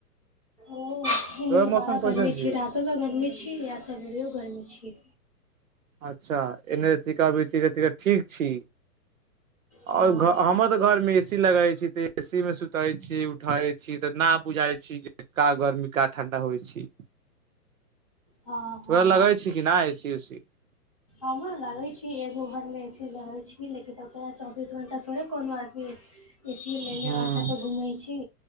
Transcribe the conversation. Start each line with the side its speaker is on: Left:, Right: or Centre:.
Left: ओ नहि
Right: तोहर
Left: तऽ बड़ा
Right: मौसम
Left: गर्मी
Right: कैसन
Left: छी रातोमे गर्मी छी या सबेरो गर्मी छी
Right: अच्छा एन्ने टीका बी ठीक छी
Left: हँ
Right: आओर घ हमर तऽ घर मे ए सी लगे छी ते ए सी मे सुतै छी उठैत छी तऽ नहि बुझइ छी जे का गर्मी का ठण्डा होइ छै <inaudible>
Left: हँ हँ
Right: तोहरा लगै छी कि नै ए सी वे सी
Left: हमरा लगै छी एगो घरमे ए सी लगै छी लेकिन ओकरा चौबीस घण्टा थोड़े कोनो आदमी ए सी लेले
Right: ह
Left: आथा पर घूमै छी